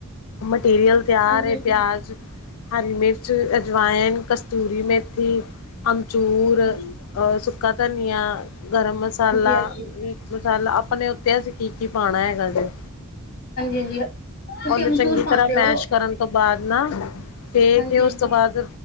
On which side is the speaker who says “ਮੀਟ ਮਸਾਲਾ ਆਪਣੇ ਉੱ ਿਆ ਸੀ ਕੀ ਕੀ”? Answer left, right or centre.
Left